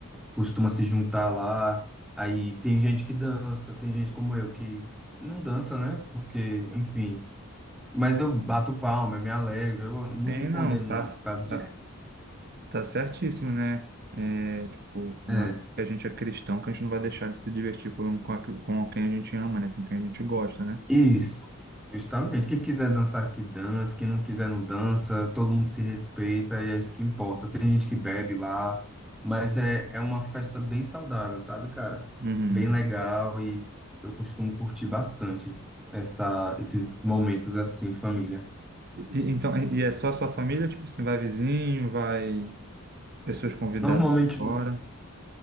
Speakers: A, in the centre; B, on the right.
A: costuma se juntar lá. Aí tem gente que dança, tem gente como eu que não dança, né? Porque, enfim. Mas eu bato palma, eu me alegro, eu não
B: Sim,
A: me condeno,
B: não, tá,
A: não, por causa disso.
B: tá, Tá certíssimo, né? É, tipo, não
A: É,
B: é porque a gente é cristão que a gente não vai deixar de se divertir com, com, aqu- com quem a gente ama, né? Com quem a gente gosta, né?
A: isso, justamente. Quem quiser dançar, que dança. Quem não quiser, não dança. Todo mundo se respeita e é isso que importa. Tem gente que bebe lá, mas é, é uma festa bem saudável, sabe, cara?
B: Uhum.
A: Bem legal e eu costumo curtir bastante essa, esses momentos assim, família.
B: E, então, e e é só a sua família? Tipo assim, vai vizinho, vai pessoas convidadas
A: Normalmente
B: de fora?